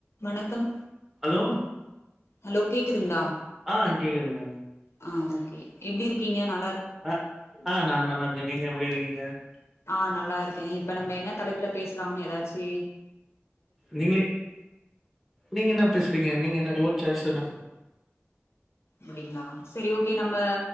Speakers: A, on the left; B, in the centre.
A: வணக்கம்
B: hello
A: hello கேக்குதுங்களா
B: ஆஹ் கேக்குதுங்க
A: ஆஹ் ஓகே எப்டி இருக்கீங்க நா
B: அஹ் ஆஹ் நா நல்லா இருக்கே நீங்க எப்டி இருக்கீங்க க
A: ஆஹ் நல்லா இருக்க இப்ப நம்ம என்ன தலைப்ல பேசலாமனு ஏதாச்சி
B: நீங்களே நீங்க என்ன பேசறீங்க நீங்க என்ன ஓ சாய்ஸ் சொனா சார்
A: அப்டிங்களா சரி ஓகே நம்ம